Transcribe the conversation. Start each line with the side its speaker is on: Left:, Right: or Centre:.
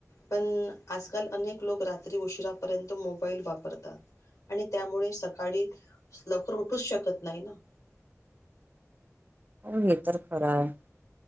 Left: पण आजकाल अनेक लोक रात्री उशिरापर्यंत मोबाईल वापरतात. आणि त्यामुळे सकाळी लवकर उठूचं शकत नाही ना. <unintelligible>
Right: हो, हे तर खरं आहे.